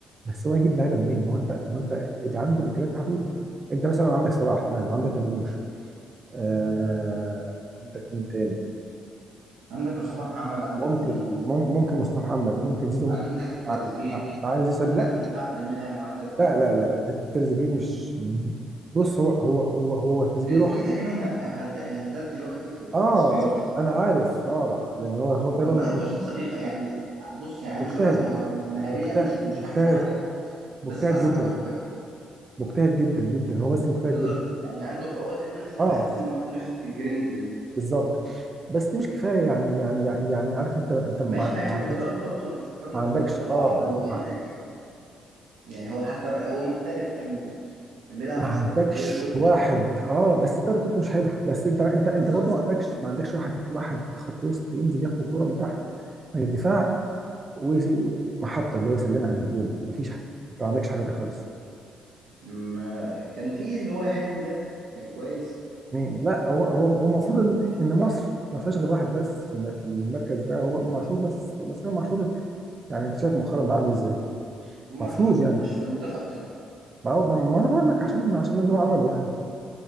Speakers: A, on the right; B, on the right.
A: بس هو هيجيب لعيبه منين ما هو انت ما هو انت اللي عنده الامكانيات محدوده انت مثلا عندك صلاح تمام عندك مرموش آه عندك مين تاني
B: عندك مصطفى محمد عندك
A: ممكن
B: زيزو
A: مم- ممكن مصطفى محمد ممكن زيزو
B: عندك تريزيجيه
A: مع مع مع إن زيزو سلبي.
B: عندك
A: لا
B: في الدفاع عبد المنعم وعندك
A: لا
B: آه،
A: لا لا لا تر- تريزيجيه مش بص هو هو هو هو تريزيجيه
B: تريزيجيه
A: روح
B: تقريبا ه- هد... الهداف دلوقتي في, في
A: اه
B: التصفيات
A: انا عارف اه يعني هو هو تقريبا
B: خد
A: مت-
B: بالك هو شخص بيخ... يعني بص يعني
A: مجتهد
B: مش هقول لك مهار... مهاريا
A: مجتهد
B: مش مش
A: مجتهد
B: احسن حاجه
A: مجتهد
B: بس تحركاته
A: جدا
B: كويسه
A: مجتهد جدا جدا هو بس مجتهد
B: بالظبط
A: جدا
B: يعني عنده هو تقريبا الوحيد اللي
A: اه
B: بحس ان هو عنده حته الجرينتا دي
A: بالظبط بس دي مش كفايه يعني يعني يعني يعني عارف انت انت ما
B: ماشي ما
A: ما
B: هي قدرات
A: عندكش
B: برضو انت مش هتقارنه
A: ما عندكش
B: بقدرات صلاح
A: اه
B: او لان
A: ما
B: يعني يعني هو حتى هو محترف كان كان بيلعب
A: ما
B: في
A: عندكش
B: في الدوري التركي
A: واحد
B: وكده
A: اه بس الدوري التركي مش حلو بس انت انت انت
B: بالظبط
A: برضه ما عندكش ما عندكش واحد واحد خط وسط ينزل ياخد الكوره من تحت يعني الدفاع ومحطه اللي هو يسلمها للهجوم مفيش ح- انت ما عندكش حاجه دي خالص
B: ما كان فيه اللي هو هاني ده كان كويس
A: مين لا هو هو هو المفروض ان ان مصر ما فيهاش غير واحد بس في الم- في المركز ده هو إمام عاشور بس بس امام عاشور يعني انت شايف مؤخرا بقى عامل ازاي
B: إمام
A: المفروض
B: عاشور
A: يعني
B: مش في المنتخب اصلا
A: ما, هو- ما ما انا بقول لك عشان عشان اللي هو عمله يعني